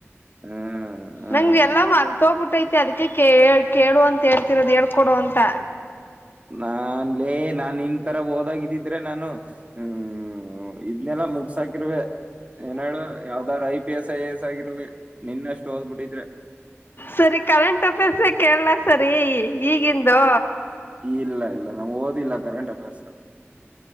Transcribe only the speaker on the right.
ಹ್ಮ್ ಹ್ಮ್
ನಾನ್ಲೇ ನಾನ್ ನೀನ್ ತರ ಓದಾಗಿದ್ದಿದ್ರೆ ನಾನು ಹ್ಮ್ ಇದ್ನೆಲ್ಲ ಮುಗಸಾಕ <unintelligible> ಏನ್ ಹೇಳು ಯಾವ್ದ I P S I S ಆಗಿರುವೆ ನಿನ್ನಷ್ಟು ಹೋದ್ಬಿಟ್ಟಿದ್ರೆ
ಇಲ್ಲ ಇಲ್ಲ ನಮ್ ಓದಿಲ್ಲ ಕರೆಂಟ್ ಆಫರ್ಸ್